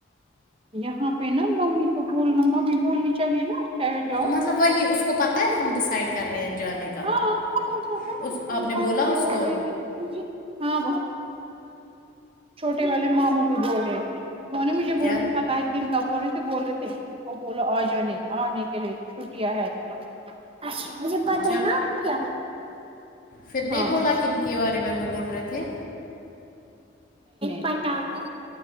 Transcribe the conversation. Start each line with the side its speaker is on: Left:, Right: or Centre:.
Right: یہاں پہ نا ممی کو بولنا ممی بولنی چاہیے نا اچھا ہے جاؤ
Left: مطلب وہی اس کو پتہ ہے ہم ڈیسائڈ کر رہے ہیں جانے کا کا
Right: ہاں پتا جو ہے
Left: اس
Right: کو جو
Left: آپ نے
Right: پرسوں
Left: بولا
Right: بھی
Left: اس
Right: بول
Left: کو
Right: رہی تھی ہاں چھوٹے والے ماموں بھی بول رہے تھے انہوں نے مجھے
Left: کیا
Right: پتا ہے کہ کن کا بولے تھے بولے تھے ان کو بولو آ جانے آنے کے لیے چھٹیاں ہے تو اچھا مجھے پتا
Left: اچھا
Right: ہے نا آپ کو کیا
Left: پھر نہیں
Right: ہاں
Left: بولا کن کے بارے میں وہ بول رہے تھے
Right: پٹاخا